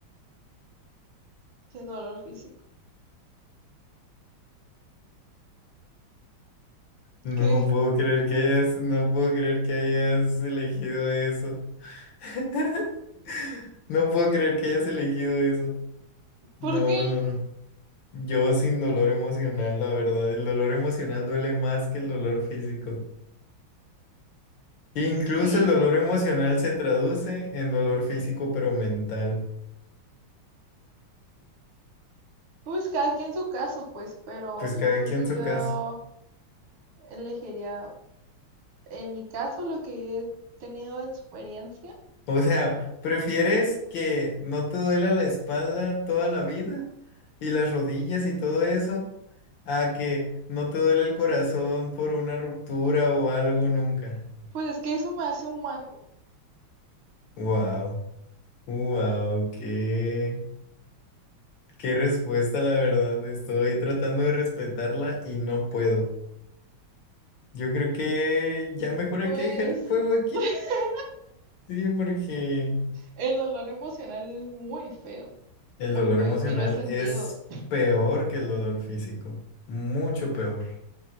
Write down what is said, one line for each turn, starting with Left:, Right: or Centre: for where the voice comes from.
Right: Sin dolor físico.
Left: No
Right: ¿Qué?
Left: puedo
Right: <laughs>
Left: creer que hayas, no puedo creer que hayas elegido eso. <laughs> No puedo creer que hayas elegido eso. No,
Right: ¿Por qué?
Left: no, no. Yo sin dolor emocional, la verdad. El dolor emocional duele más que el dolor físico. Incluso
Right: Sí,
Left: el dolor emocional se traduce en dolor físico, pero mental.
Right: Pues cada quien su caso, pues, pero
Left: Pues
Right: yo
Left: cada
Right: creo
Left: quien
Right: que
Left: su
Right: yo
Left: caso.
Right: elegiría, en mi caso, lo que he tenido de experiencia,
Left: O sea, ¿prefieres que no te duela la espalda toda la vida y las rodillas y todo eso a que no te duele el corazón por una ruptura o algo nunca?
Right: pues es que eso me hace humano,
Left: Wow, wow, qué. Qué respuesta, la verdad. Estoy tratando de respetarla y no puedo. Yo creo que ya mejor
Right: pues
Left: hay que dejar el juego aquí.
Right: <laughs>
Left: Sí, porque
Right: el dolor emocional es muy feo,
Left: el
Right: muy
Left: dolor
Right: feo,
Left: emocional
Right: sí lo he sentido,
Left: es peor que el dolor físico. Mucho peor.